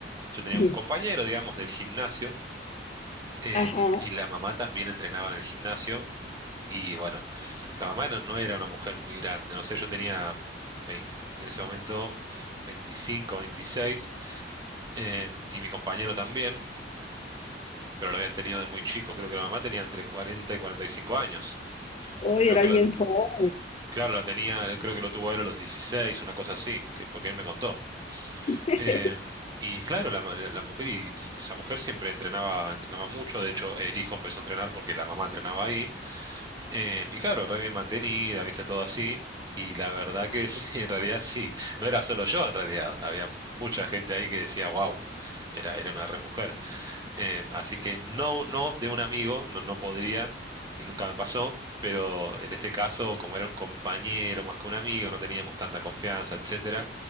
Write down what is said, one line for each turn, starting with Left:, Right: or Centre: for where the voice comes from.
Right: yo tenía
Left: <laughs>
Right: un compañero, digamos, del gimnasio, eh,
Left: ajá.
Right: y, y la mamá también entrenaba en el gimnasio, y bueno, la mamá no, no era una mujer muy grande, no sé, yo tenía 20 en ese momento 25, 26, em, y mi compañero también, pero lo habían tenido de muy chico, creo que la mamá tenía entre 40 y 45 años.
Left: Hoy
Right: Creo
Left: era
Right: que
Left: bien
Right: lo-
Left: joven.
Right: Claro, la tenía, él creo que lo tuvo él a los 16, una cosa así, que porque él me contó.
Left: <laughs>
Right: Em, y claro, la, ma- la- la mujer y, y esa mujer siempre entrenaba, entrenaba mucho. De hecho, el hijo empezó a entrenar porque la mamá entrenaba ahí. Em, y claro, re bien mantenida, viste, todo así. Y la verdad que <laughs> sí, en realidad sí. No era solo yo, en realidad. Había mucha gente ahí que decía, wow, era, era una re mujer. Em, así que no, no de un amigo, no, no podría y nunca me pasó, pero en este caso, como era un compañero más que un amigo, no teníamos tanta confianza, etcétera,